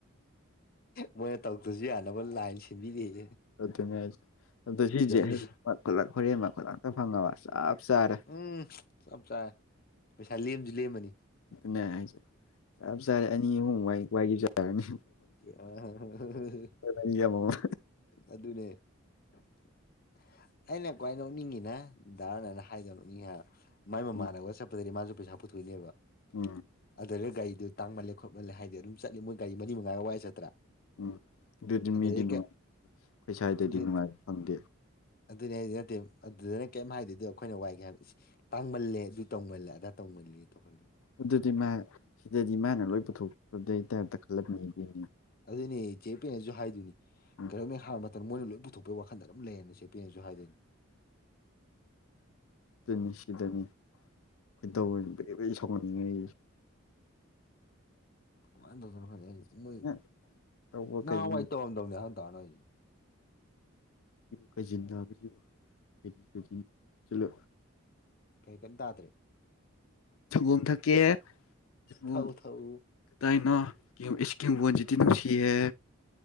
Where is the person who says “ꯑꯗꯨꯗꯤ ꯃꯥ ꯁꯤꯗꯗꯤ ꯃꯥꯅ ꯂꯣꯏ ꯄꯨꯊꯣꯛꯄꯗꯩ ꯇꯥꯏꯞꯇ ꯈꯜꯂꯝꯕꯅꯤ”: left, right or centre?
Left